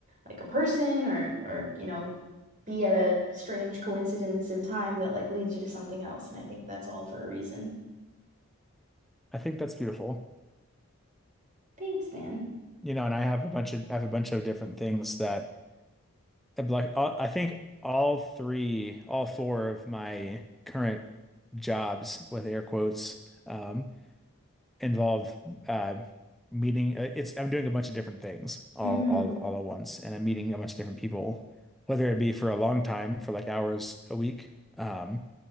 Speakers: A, on the right; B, in the centre.
A: like a person or or you know be at a strange coincidence in time that like leads you to something else. And I think that's all for a reason.
B: I think that's beautiful.
A: Thanks, man.
B: You know, and I have a bunch of I have a bunch of different things that like all- I think all three, all four of my current jobs with air quotes, um, involve uh, meeting. uh, It's I'm doing a bunch of different things all
A: hmm
B: all all at once, and I'm meeting a bunch of different people, whether it be for a long time, for like hours a week, um,